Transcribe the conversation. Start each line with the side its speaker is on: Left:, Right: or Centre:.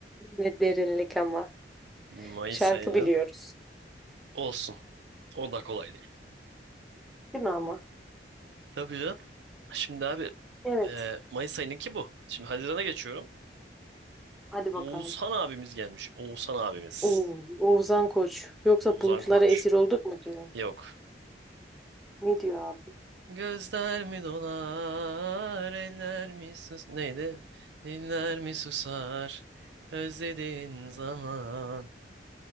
Centre: Ne derinlik ama.
Right: Mayıs
Centre: Şarkı
Right: ayının
Centre: biliyoruz.
Right: olsun. O da kolay değil.
Centre: Değil mi ama?
Right: Tabii ya. Şimdi abi
Centre: Evet.
Right: e, Mayıs ayınınki bu. Şimdi Haziran'a geçiyorum.
Centre: Hadi
Right: Oğuzhan
Centre: bakalım.
Right: abimiz gelmiş. Oğuzhan abimiz.
Centre: Oo, Oğuzhan Koç. Yoksa
Right: Oğuzhan
Centre: bulutlara
Right: Koç.
Centre: esir olduk mu diyor.
Right: Yok.
Centre: Ne diyor abi?
Right: Gözler mi dolar, eller mi sus... Neydi? Diller mi susar, özlediğin zaman.